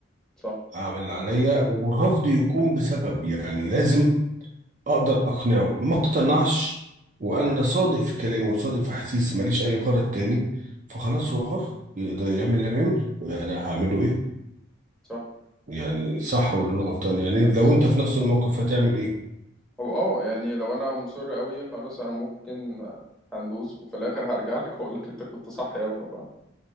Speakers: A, in the centre; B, on the right (about 40°).
A: صح
B: اعمل اللي عليا والرفض يكون بسبب يعني لازم اقدر اقنعه ما اقتنعش وانا صادق في كلامي وصادق في احاسيسي ماليش اي غرض تاني فخلاص هو حر يقدر يعمل اللي يعمله يعني هعمله ايه
A: صح
B: يعني صح ولا انا غلطان يعني
A: لا لا
B: لو
A: صح
B: انت في نفس الموقف هتعمل ايه
A: هو اه يعني لو انا مصر قوي خلاص انا ممكن هندوس وفي الاخر هرجع لك واقول لك انت كنت صح يابا فاهم